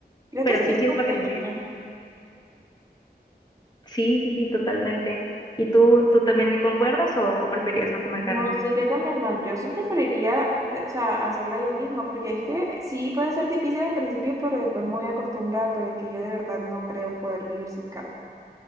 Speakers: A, on the right; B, on the left.
A: creo
B: Pero
A: que sería
B: sí, sí es lo
A: importante.
B: que les diría. Sí, sí, sí, totalmente. ¿Y tú, tú también le concuerdas o, o preferías no comer
A: No,
B: carne?
A: sí, yo también no, yo sí preferiría, de- o sea, hacerla yo misma, porque es que sí puede ser difícil al principio, pero después me voy a acostumbrar, pero es que yo de verdad no creo poder vivir sin carne.